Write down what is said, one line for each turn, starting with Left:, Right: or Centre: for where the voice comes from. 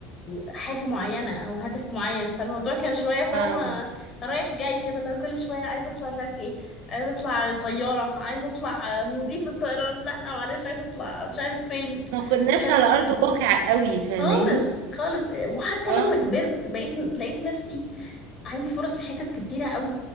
Left: حاجة معينة أو هدف معين فالموضوع كان شوية فاهمة
Right: فاهمة.
Left: رايح جاي كده اللي هو كل شوية عايزة أطلع مش عارف إيه عايزة أطلع طيارة عايزة أطلع مضيف الطيران لأ معلش عايزة أطلع مش عارف فين
Right: ما كناش
Left: فكانت
Right: على ارض الواقع قوي فاهماني
Left: خالص خالص وحتى
Right: اه
Left: لما كبرت بقيت لقيت نفسي عندي فرص في حتت كتيرة قوي